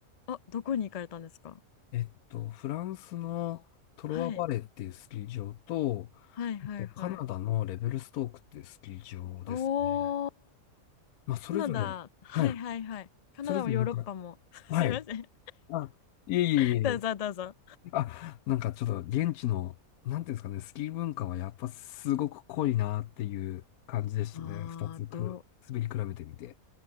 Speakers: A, on the left; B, on the left.
A: あ、どこに行かれたんですか
B: えっと、フランスのトロワバレーっていうスキー場と、
A: はい、
B: あとカナダのレベルストークっていうスキー場ですね。
A: はいはいはい。おー、
B: まあ、それぞれ、
A: カナダ、はいはいはい。
B: はい。
A: カナダもヨーロッパも。
B: それぞれなんか、
A: <laughs>
B: はい。
A: すいません。
B: あ、いえいえいえ。
A: <laughs> どうぞどうぞ。
B: あ、なんかちょっと現地の、なんていうんですかね、スキー文化はやっぱすごく濃いなっていう感じでしたね。
A: ああどう、
B: 二つく、滑り比べてみて。